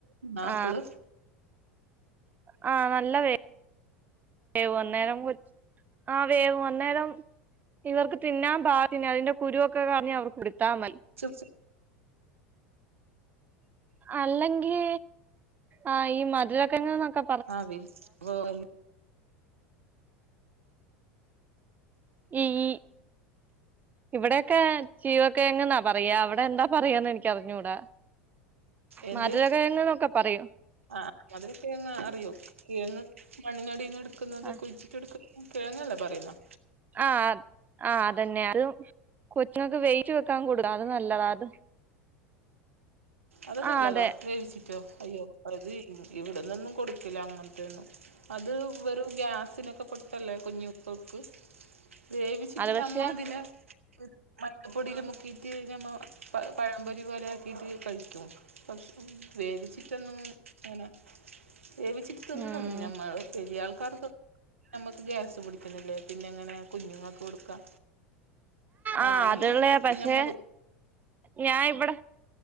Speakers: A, on the right; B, on the right.
A: ആപ്പ്ള്
B: ആഹ് <unintelligible> ഇവർക്ക് തിന്നാൻ പാകത്തിന് അതിന്റെ കുരു ഒക്കെ കളഞ്ഞ് അവർക്കൊടുത്താ മതി
A: <inaudible>
B: അല്ലെങ്കി ആഹ് ഈ മധുരകിഴങ്ങ്കളൊക്കെ
A: <unintelligible>
B: ഈ ഈ ഇവിടെയൊക്കെ ചീവക്കിഴങ്ങ് ന്നാ പറയാ അവിടെ എന്താ പറയന്ന് എനിക്ക് അറിഞ്ഞൂടാ
A: എന്ത്
B: മധുരകിഴങ്ങ്ന്നൊക്കെ പറയൊ
A: ആഹ് മധുരകിഴങ്ങ് അറിയോ കിഴങ്ങ് മണ്ണിനടീന്ന് ഇട്ക്കുന്നത്
B: ആഹ്
A: കുഴിച് ഇട്ക്ക് കിഴങ്ങല്ലേ പറ്യ്ന്നേ
B: ആഹ് ആഹ് അതന്നെയാ <unintelligible> കൊച്ചിനൊക്കെ വെയിറ്റ് വെക്കാൻ കൊടുക്ക അത് നല്ലതാ അത്
A: അത്
B: ആഹ്
A: നല്ലതാ
B: അതെ
A: വേവിച്ചിട്ടോ അയ്യോ അത് ഇവിടുന്നൊന്നും കൊടുക്കില്ല അങ്ങ്ത്തെന്നും അത് വെറും ഗ്യാസിനൊക്കെ പൊട്ടല്ലേ കുഞ്ഞു ങ്ങക്ക് വേവിച്ചിട്ടിന്
B: അത് പക്ഷെ
A: അമ്മ അതിനാ മഞപോടീല് മുക്കീട്ട് നമ്മ പഴംപൊരി പോലെ ആക്കിട്ട് കഴിക്കും പക്ഷ വേവിച്ചിട്ടൊന്നും അങ്ങനെ വേവിച്ചിട്ടൊന്നും
B: ഉം
A: നമ്മ വലിയ ആൾക്കാർക്ക് നമുക്ക് ഗ്യാസ് പിടിക്കുന്നില്ലേ പിന്നെ എങ്ങനെയാ കുഞ്ഞുങ്ങക്ക് കൊടുക്ക ഞാനീ
B: ആഹ് അതുള്ളയാ പക്ഷെ
A: ഞമ്മ
B: ഞാൻ ഇവിടെ